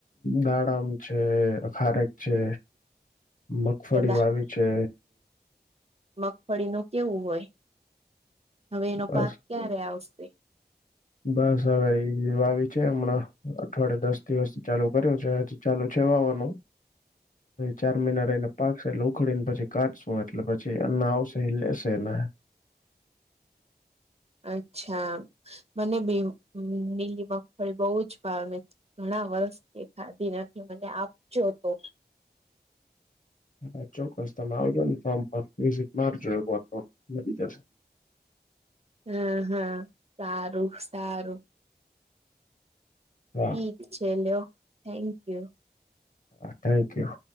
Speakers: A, on the left (about 50°); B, on the right (about 35°).
A: દાડામ છે અ ખારેક છે મગફળી
B: કદા
A: વાવી છે
B: મગફળીનૂ કેવું હોય હવે એનો
A: બસ
B: પાક ક્યારે આવશે
A: બસ હવે એ આવી છે હમણાં અઠવાડયે દસ દિવસ ચાલુ કર્યું છે ચાલુ છે વાવાનું ચાર મહિના રહીને પાકશે એટલ ઉખડી ને પછી કાઢશું એટલે પછી એના આવશે એ લેશે એના
B: અચ્છા મને બી નીલી મગફળી બહુ જ ભાવે, ઘણા વર્ષથી ખાદી નથી મને આપજો તો,
A: હા ચોક્કસ તમે આવજો ને ફોર્મ પર વિઝિટ મારજો એ તો લી જશે.
B: હા હા સારું સારું,
A: હા
B: ઠીક છે લ્યો થેન્ક યુ.
A: Thank you.